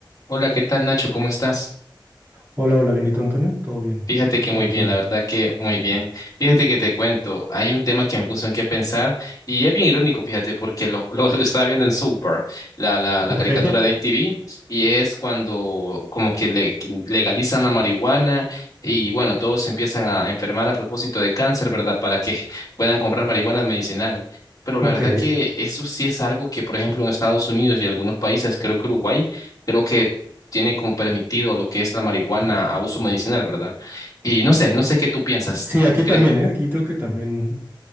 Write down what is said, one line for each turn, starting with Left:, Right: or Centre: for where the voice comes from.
Left: Hola, ¿qué tal Nacho? ¿Cómo estás?
Right: Hola, hola, bienito Antonio, todo bien
Left: Fíjate que
Right: por
Left: muy
Right: aquí.
Left: bien, la verdad que muy bien. Fíjate que te cuento, hay un tema que me puso en qué pensar y es bien irónico, fíjate, porque lo, <laughs> lo, lo estaba viendo en Super, la, la, la
Right: Ok,
Left: caricatura de MTV, y es cuando como que le, legalizan la marihuana y bueno, todos se empiezan a enfermar a propósito de cáncer, ¿verdad? Para que <laughs> puedan comprar marihuana medicinal. Pero
Right: ok.
Left: la verdad que eso sí es algo que, por ejemplo, en Estados Unidos y algunos países, creo que Uruguay, creo que tiene como permitido lo que es la marihuana a uso medicinal, ¿verdad? Y no sé, no sé qué tú piensas.
Right: Sí, aquí
Left: ¿Crees
Right: también, ¿eh? Aquí creo que también